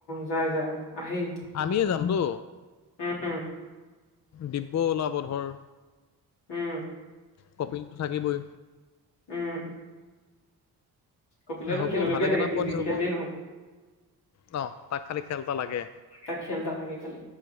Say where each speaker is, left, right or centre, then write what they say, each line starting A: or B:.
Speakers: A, on the left; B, on the left.
A: যাই যাই, আহেই।
B: আমিয়েই যামতো।
A: উম।
B: দিব্য ওলাব ধৰ
A: উম।
B: কপিলটো থাকিবই।
A: উম। কপিলেতো
B: হ'ব,
A: খেললৈকে
B: ভালেকেইটা
A: থাকে সি
B: পইণ্টচ
A: যি
B: হ'ব।
A: খেলেই নহওক
B: ন'? তাক খালি খেল এটা লাগে।
A: তাক খেল এটা লাগে খালি